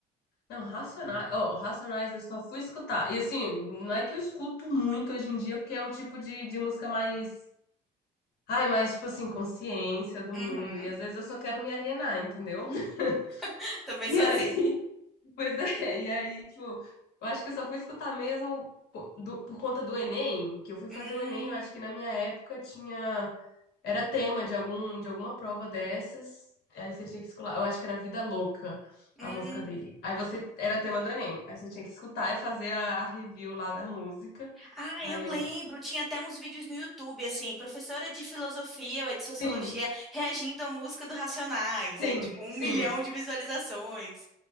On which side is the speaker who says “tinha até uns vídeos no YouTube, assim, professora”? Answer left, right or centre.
Centre